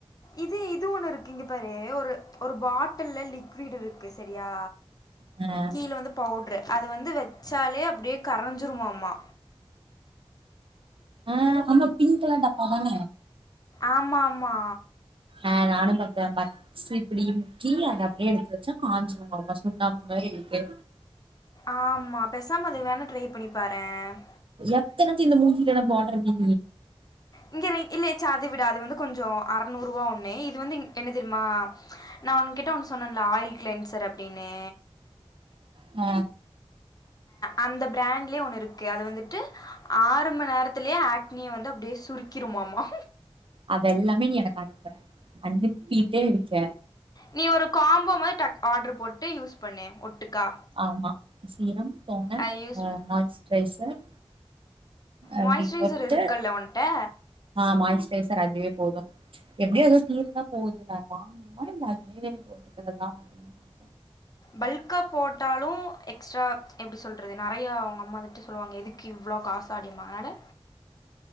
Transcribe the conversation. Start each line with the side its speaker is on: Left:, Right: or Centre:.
Left: இது இது ஒன்னு இருக்கு இங்க பாரு ஒரு ஒரு பாட்டில்ல லிக்விட் இருக்கு சரியா
Right: ம்
Left: கீழ வந்து பவுட்ரு அது வந்து வச்சாலே அப்டியே கரைஞ்சிருமாமா
Right: ஆ அந்த பிங்க் கலர் டப்பாதான
Left: ஆமாமா
Right: ஆ நானும் பாத்தேன் பட்ஸ் இப்டி முக்கி அத அப்டியே எடுத்து வச்சா காஞ்சிருமாமா <unintelligible> ஒன்ன மாரி இருக்கே
Left: ஆமா பேசாம அது வேணா ட்ரை பண்ணி பாரென்
Right: எத்தனத்து இந்த மூஞ்சிலலா போட்றது
Left: இங்க இல்லய சார்ஜ விடு அது வந்து கொஞ்ச அறநூறு ரூவா ஒண்ணு இது வந்து என்ன தெரியுமா நா உன்கிட்ட ஒன்னு சொன்னேன்ல ஆயில் கிளென்சர் அப்டின்னு
Right: அ
Left: அந்த பிராண்ட்லயே ஒன்னு இருக்கு அது வந்துட்டு ஆறு மண் நேரத்துலயே ஆக் துணிய வந்து அப்டியே சுருக்கிருமாமா
Right: அதெல்லாமே நீ எனக்கு அனுப்பு அனுப்பிட்டே இருக்க
Left: நீ ஒரு காம்போ மாரி டக் ஆர்ட்ரு போட்டு யூஸ் பண்ணு ஒட்டுக்கா
Right: ஆமா சீரம் டோனர்
Left: அது யூஸ்
Right: ஆ மாய்ஸ்ட்ரைசர் அப்டி
Left: மாய்ஸ்சரைஸர்
Right: போட்டு
Left: இருக்குல்ல உன்ட்ட
Right: ஆ மாய்ஸ்சரைஸர் அதுவே போது எப்டியோ அதுவு தீரதா போதுல வாங்கனுமா இல்ல அது மேலயே போட்டுக்கிறதா அப்டின்ருக்கே
Left: பல்க்கா போட்டாலு எக்ஸ்ட்ரா எப்டி சொல்றது நெறயா அவுங்க அம்மா எடுத்து சொல்லுவாங்க எதுக்கு இவ்ளோ காசாடி வாங்க அதனால